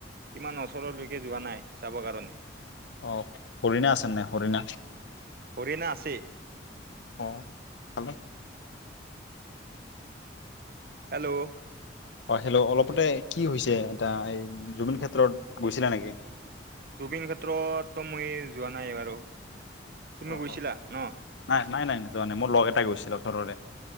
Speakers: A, on the right (about 50°); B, on the left (about 75°).
A: ইমান ওচৰলৈকে যোৱা নাই চাবৰ কাৰণে
B: অ হৰিণা আছে নাই হৰিণা
A: হৰিণা আছে।
B: অ হেল্ল'
A: হেল্ল'
B: হয় হেল্ল' অলপতে কি হৈছে এটা এই জুবিন ক্ষেত্ৰত গৈছিলা নেকি?
A: জুবিন ক্ষেত্ৰততো মই যোৱা নাই বাৰু তুমি
B: অ
A: গৈছিলা
B: অ
A: ন
B: নাই নাই নাই যোৱা নাই মোৰ লগ এটা গৈছিলচৰৰে।